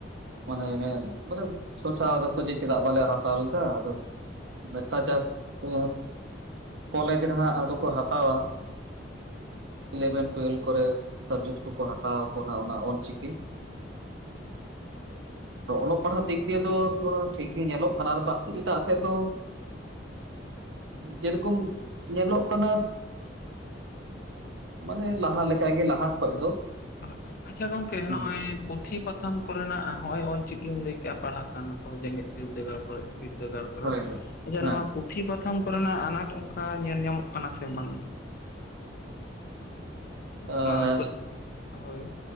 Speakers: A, on the right (about 80°); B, on the left (about 55°).
A: ᱢᱟᱱᱮ ᱢᱮᱱ ᱢᱟᱱᱮ ᱥᱚᱪᱟᱣ ᱮᱫᱟᱠᱚ ᱡᱮ ᱪᱮᱫᱟᱜ ᱵᱟᱞᱮ ᱦᱟᱛᱟᱣᱞᱮᱫᱟ ᱞᱮᱫᱟ ᱟᱫᱚᱼᱼ ᱠᱟᱡᱟᱠ ᱠᱚ, ᱠᱚᱞᱮᱡᱽ ᱨᱮᱦᱟᱸ ᱟᱫᱚ ᱠᱚ ᱦᱟᱛᱟᱣᱟᱼᱼ ᱤᱞᱮᱣᱮᱱ ᱴᱩᱭᱮᱞᱵᱷ ᱠᱚᱨᱮ ᱥᱟᱵᱽᱡᱮᱠᱴ ᱠᱚᱠᱚ ᱦᱟᱛᱟᱣ ᱟᱠᱚ ᱦᱟᱸᱜ ᱚᱱᱟ ᱚᱞ ᱪᱤᱠᱤᱼᱼ
B: <inaudible>
A: ᱛᱚ ᱚᱞᱚᱜ ᱯᱟᱲᱦᱟᱜ ᱫᱤᱠ ᱫᱤᱭᱟ. ᱫᱚ ᱛᱷᱚᱲᱟ ᱴᱷᱤᱠ ᱜᱮ ᱧᱮᱞᱚᱜ ᱠᱟᱱᱟ ᱟᱨ ᱵᱟᱠᱤ ᱮᱴᱟᱜ ᱥᱮᱫ ᱫᱚᱼᱼ
B: <inaudible>
A: ᱪᱮᱫ ᱠᱚᱢ ᱧᱮᱞᱚᱜ ᱠᱟᱱᱟ? ᱢᱟᱱᱮ ᱞᱟᱦᱟ ᱞᱮᱠᱟᱜᱮ ᱞᱟᱦᱟ ᱠᱷᱚᱡ ᱫᱚ᱾
B: ᱚ ᱟᱪᱷᱟ ᱜᱚᱝᱠᱮ
A: ᱦᱮᱸ
B: ᱱᱚᱜᱼᱚᱭᱼᱼ ᱯᱩᱸᱛᱷᱤ ᱯᱟᱛᱷᱟᱢ ᱠᱚᱨᱮᱱᱟᱜ ᱦᱚᱸᱜᱼᱚᱭ ᱚᱞ ᱪᱤᱠᱤᱢ ᱞᱟᱹᱭ ᱠᱮᱫᱼᱟ ᱯᱟᱲᱦᱟᱜ ᱠᱟᱱᱟ ᱠᱚ ᱡᱮᱸᱜᱮᱫ ᱵᱤᱨᱫᱟᱹᱜᱟᱲ ᱠᱚᱨᱮ ᱵᱤᱨᱫᱟᱹᱜᱟᱲ ᱠᱚᱼᱼ ᱠᱚᱨᱮ
A: ᱦᱳᱭ
B: ᱟᱪᱷᱟ
A: ᱦᱮᱸ
B: ᱱᱚᱣᱟ ᱯᱩᱛᱷᱤ ᱯᱟᱛᱷᱟᱢ ᱠᱚᱨᱮᱱᱟᱜ ᱟᱱᱟᱴ ᱚᱱᱠᱟ ᱧᱮᱞ ᱧᱟᱢᱚᱜ ᱠᱟᱱᱟ ᱥᱮ ᱵᱟᱝ?
A: ᱟᱨ
B: ᱱᱚᱣᱟ ᱦᱳᱭ᱾